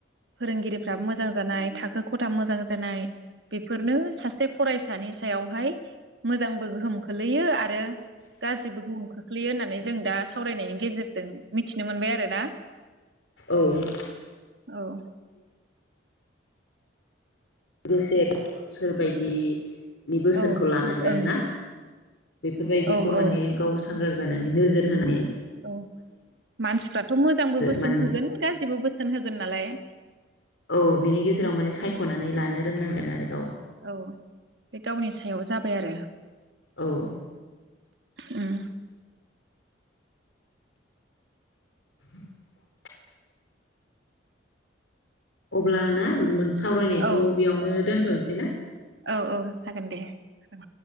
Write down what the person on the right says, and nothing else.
फोरोंगिरिफ्राबो मोजां जानाय थाखो खथा मोजां जानाय बेफोरनो सासे फरायसानि सायावहाय मोजां गोहोम खोलैयो आ रो गाज्रि गोहोम खोख खोलैयो होननानै जों दा सावरायनायनि गेजेरजों मिथिनो मोनबाय आरो ना।
औ
औ
ओं
औ औ
औ मानसिफ्राथ' मोजांबो बोसोन
होगोन गाज्रिबो बोसोन होगोन नालाय
औ बे गावनि सायाव जाबाय आरो।
उम।
औ
औ औ। जागोन दे औ